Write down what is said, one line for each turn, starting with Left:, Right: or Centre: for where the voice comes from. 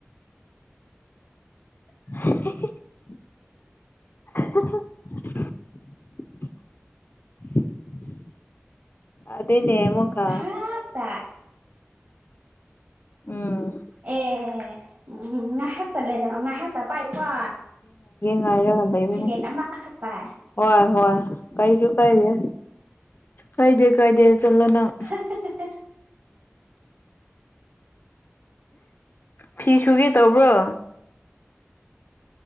Left: <unintelligible> <unintelligible> ꯑꯗꯨꯏꯅꯦ ꯑꯃꯣꯛꯀ
Right: ꯉꯥꯏꯍꯥꯛꯇ
Left: ꯎꯝ
Right: ꯑꯦ ꯎꯝ ꯉꯥꯏꯍꯥꯛꯇ ꯂꯩꯔ ꯉꯥꯏꯍꯥꯛꯇ ꯄꯥꯏꯌꯨꯀꯣ
Left: ꯍꯥꯏꯔꯒꯥ ꯂꯩꯕꯅꯦ
Right: ꯁꯦꯀꯦꯟ ꯑꯃꯈꯛꯇ
Left: ꯍꯣꯏ ꯍꯣꯏ ꯀꯩꯁꯨꯀꯥꯏꯗꯦ ꯀꯥꯏꯗꯦ ꯀꯥꯏꯗꯦ ꯆꯠꯂꯣ ꯅꯪ
Right: <unintelligible>
Left: ꯐꯤ ꯁꯨꯒꯦ ꯇꯧꯕ꯭ꯔꯣ